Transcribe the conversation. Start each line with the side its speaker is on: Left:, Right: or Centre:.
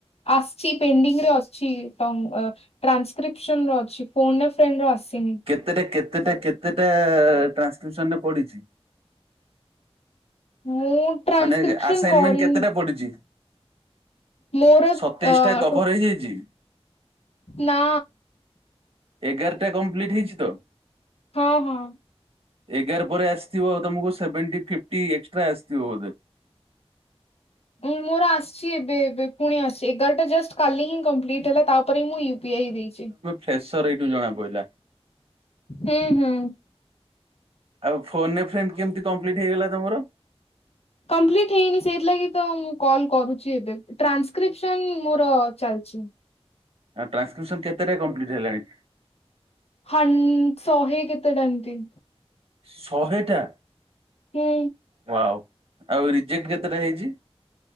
Left: ଆସିଚି ପେଣ୍ଡିଙ୍ଗ ରେ ଅଛି ଟ ଅ ଟ୍ରାନ୍ସକ୍ରିପସନ ର ଅଛି ଫୋନ୍ ଏ ଫ୍ରେଣ୍ଡ ର ଆସିନି।
Right: କେତେଟା କେତେଟା କେତେଟା ଟ୍ରାନ୍ସକ୍ରିପ୍ସନ ରେ ପଡିଚି?
Left: ମୁଁ ଟ୍ରାନ୍ସକ୍ରିପସନ
Right: ମାନେ ଆସାଇନମେଣ୍ଟ
Left: କରିନି
Right: କେତେଟା ପଡିଚି?
Left: ମୋର
Right: ସତେଇଶ
Left: ଅ
Right: ଟା କଭର ହେଇଯାଇଚି?
Left: ନା।
Right: ଏଗାରଟା କମ୍ପ୍ଲିଟ୍ ହେଇଚି ତ?
Left: ହଁ ହଁ।
Right: ଏଗାର ପରେ ଆସିଥିବ ତମକୁ ସେଭେଣ୍ଟି ଫିପ୍ଟ ଏକ୍ସଟ୍ରା ଆସିଥିବ ବୋଧେ?
Left: ଉଁ ମୋର ଆସିଚି ଏବେ ଏବେ ପୁଣି ଆସିଚି ଏଗାରଟା ଜଷ୍ଟ କାଲି ହିଁ କମ୍ପ୍ଲିଟ ହେଲା ତାପ ମୁଁ ୟୁ ପି ଆଇ ଦେଇଚି।
Right: ଫ୍ରେଶର ଏଇଠୁ ଜଣା ପଇଲା।
Left: ହୁଁ ହୁଁ।
Right: ଆଉ ଫୋନ ଏ ଫ୍ରେଣ୍ଡ୍ କେମିତି କମ୍ପ୍ଲିଟ ହେଇଗଲା ତମର?
Left: କମ୍ପିଲଟି ହେଇନି ସେଇଥିଲାଗି ତ ମୁଁ କଲ କରୁଚି ଏବେ। ଟ୍ରାନ୍ସକ୍ରିପ୍ସନ ମୋର ଚାଲିଚି।
Right: ଆଁ ଟ୍ରାସକ୍ରିପସନ କେତେଟା କମ୍ପିଲ୍ଟ ହେଲାଣି?
Left: ହ ଶହେ କେତେଟା ଏମିତି
Right: ଶହେଟା
Left: ହୁଁ।
Right: ବାଓ ଆଉ ରିଜେକ୍ଟ କେତେଟା ହେଇଚି?